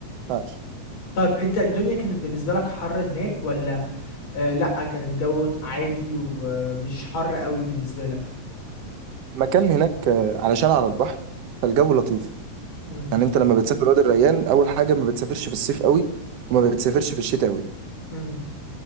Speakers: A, on the right; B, on the left.
A: ما ينفعش.
B: طيب انت الدنيا كانت بالنسبة لك حر هناك ولا آه لا كان الجو عادي ومش حر قوي بالنسبة لك
A: المكان هناك آه، علشان على البحر فالجو لطيف
B: مم.
A: يعني انت لما بتسافر وادي الريان اول حاجه ما بتسافرش في الصيف قوي وما بتسافرش في الشتاء قوي
B: مم.